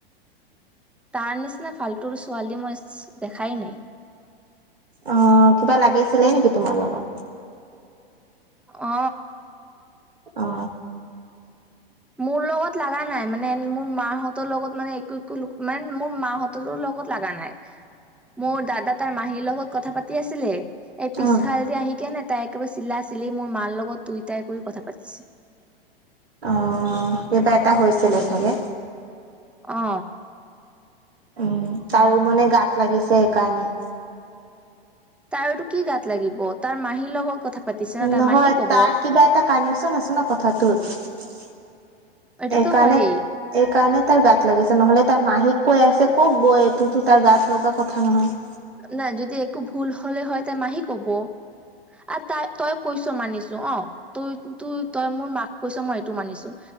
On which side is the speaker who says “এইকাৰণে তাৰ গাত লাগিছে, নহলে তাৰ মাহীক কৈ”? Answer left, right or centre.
Right